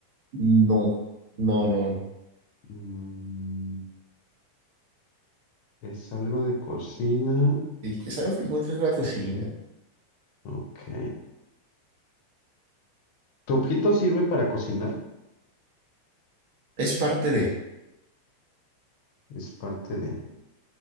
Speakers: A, on the right; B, on the left.
A: No, no, no, no.
B: Mm, Es algo de cocina.
A: Sí, es algo que encuentras en la cocina.
B: Ok. ¿Tu objeto sirve para cocinar?
A: Es parte de...
B: Es parte de...